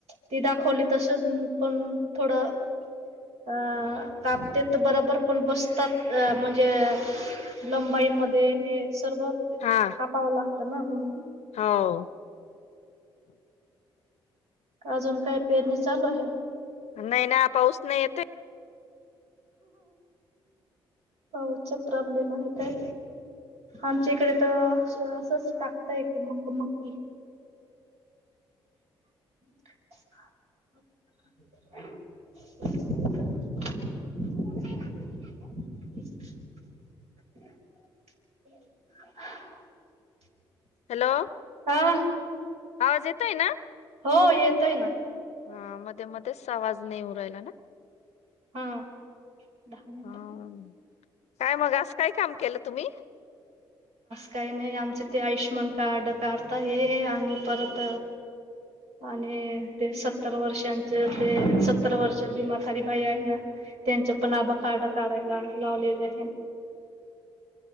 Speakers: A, on the right; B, on the left.
A: ती दाखवली. तसच पण थोडं अ कापतेत बराबर पण बसतात अ म्हणजे लंबाईमध्ये हे. सर्वत
B: हा
A: कापावं लाग. तर ना मम
B: हो.
A: अजून काय पेरणी चालू आहे.
B: नाही ना पाऊस नाही येत हाय.
A: पाऊसचा प्रॉब्लेम आहे काय आमच्या इकडे तर असच टाकताय म मक्की. <unintelligible>
B: हॅलो.
A: हा
B: आवाज येतोय ना.
A: हो येतोय ना.
B: हा मध्ये मध्येच आवाज नाही येऊ राहीला ना.
A: हा दहा मिनिट
B: हम काय मग असं काय काम. केलं तुम्ही.
A: काही नाही आमचे ते आयुष्यमान कार्ड काढता ये आणि परत आणि ते सत्तर वर्षांच ते सत्तर वर्ष भी माातारी बाई आहे ना त्यांच पण आभा कार्ड काढायला लावलेले आहे.